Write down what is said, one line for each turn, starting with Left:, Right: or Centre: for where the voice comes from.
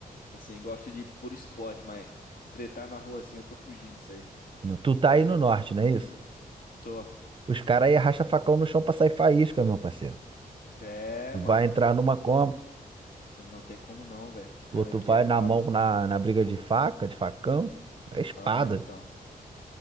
Left: Assim, gosto de por esporte, mas tretar na rua assim, eu tô fugindo disso aí.
Right: Tu tá aí no norte, não é isso?
Left: Tô.
Right: Os caras aí arrasta facão no chão pra sair faísca, meu parceiro.
Left: É,
Right: Tu
Left: mano.
Right: vai entrar numa Kombi,
Left: Não tem como não, velho. Os caras
Right: ou tu
Left: aqui
Right: vai
Left: é brabo.
Right: na mão na, na briga de faca, de facão, é espada.
Left: Ah, então.